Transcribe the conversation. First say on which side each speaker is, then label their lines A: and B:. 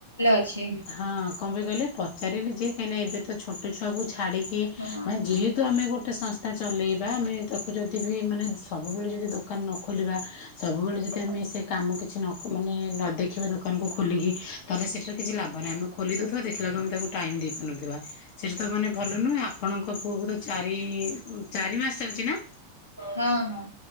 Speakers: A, on the left (about 80°); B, on the left (about 45°).
A: ଅଛି।
B: ହଁ କଣ ପାଇଁ କହିଲେ ପଚାରିଲି ଯେ କାଇଁ ଏବେ ତ ଛଟ ଛୁଆକୁ ଛାଡିକି
A: ହଁ ହଁ
B: ମାନେ ଯେହେତୁ ଆମେ ଗୋଟେ ସଂସ୍ଥା ତା ଚଲେଇବା ଆମେ ତାକୁ ଯଦି ବି ମାନେ ସବୁବେଳେ ଯଦି ଦୋକାନ ନ ଖୋଲିବା ସବୁବେଳେ ଯଦି ଆମେ ସେ କାମ କିଛି ନ ମାନେ ନ ଦେଖି ଦେଖ ଦୋକାନକୁୁ ଖଲିକି ତାହଲେ ସେଟାରେ କିଛି ଲାଭ ନାହିଁ ଆମେ ଖୋଲି ଦେଉଥିବା ଦେଖିଲାକୁ ଆମେ ତାକୁ ଟାଇମ ଦେଇପାରୁନଥିବା। ସେଇଟା ତ ମାନେ ଭଲ ନୁହେଁ ଆପଣଙ୍କୁ ମୋ ପୁଅ କୁ ତ ଚାରି ଚାରି ମାସ ଚାଲିଛି ନା
A: ହଁ ହଁ।